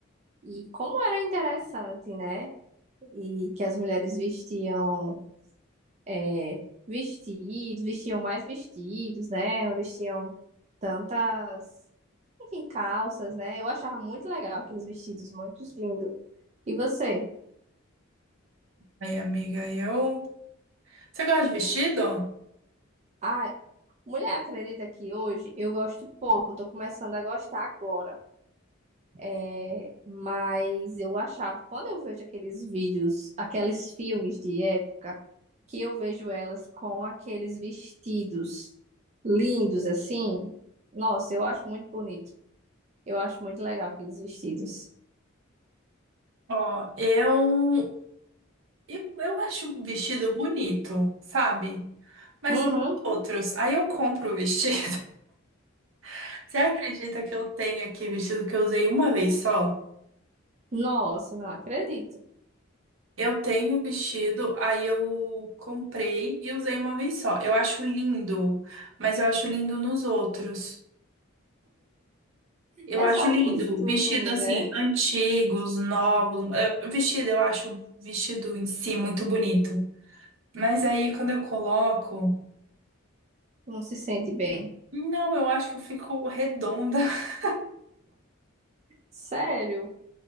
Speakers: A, on the right; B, on the right.
A: E como era interessante, né? E que as mulheres vestiam. é, vestidos, vestiam mais vestidos, né? Não vestiam tantas, enfim, calças, né? Eu achava muito legal aqueles vestidos, muito lindo. E você?
B: Aí, amiga, eu. Você gosta de vestido?
A: Ah, mulher, acredita que hoje eu gosto pouco, eu tô começando a gostar agora. É, mas eu achava, quando eu vejo aqueles vídeos, aqueles filmes de época, que eu vejo elas com aqueles vestidos lindos assim, nossa, eu acho muito bonito. Eu acho muito legal aqueles vestidos.
B: Ó, eu. Eu eu acho o vestido bonito, sabe? Mas
A: Uhum.
B: não outros. Aí eu compro o vestido. <laughs> Você acredita que eu tenho aqui vestido que eu usei uma vez só?
A: Nossa, não acredito.
B: Eu tenho vestido, aí eu comprei e usei uma vez só. Eu acho lindo, mas eu acho lindo nos outros. Eu
A: É
B: acho
A: só
B: lindo.
A: o costume,
B: Vestido assim,
A: né?
B: antigos, novos. Eh, Vestido, eu acho vestido em si muito bonito. Mas aí quando eu coloco.
A: Não se sente bem.
B: Não, eu acho que eu fico redonda. <laughs>
A: Sério?